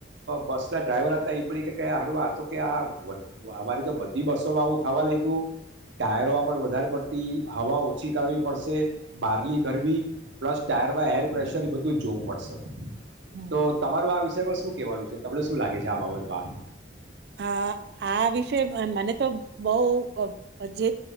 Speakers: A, on the right (about 85°); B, on the right (about 60°).
A: બસ ના ડ્રાઈવર હતા એ પણડી કે હારું આ તો કે આ અમારી તો બધી બસોમાં આવું થવા લાગ્યું ટાયરોમાં પણ વધારે પડતી હવા ઓછી કરવી પડશ બહારલી ગરબી પ્લસ ટાયરમાં એર પ્રેશર એ બધું જ જોવું પડશે
B: હમ હમ
A: તો તમારું આ વિષયમાં શું કેવાનું છે, તમને શું લાગે છે આ બાબતમાં
B: હ, આ વિશે મને તો બઉ જે